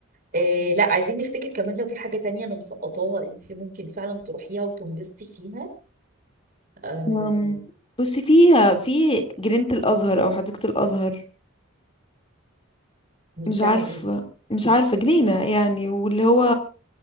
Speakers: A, on the right; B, on the left.
A: آه لا عايزين نفتكر كمان لو في حاجه تانية انا مسقطاها انت ممكن فعلا تروحيها وتنبسطي فيها آه
B: أم، بصي فيها في جنينة الأزهر أو حديقة الأزهر
A: بتعمل
B: مش عارفة
A: ايه دي
B: مش عارفة جنينة يعني واللي هو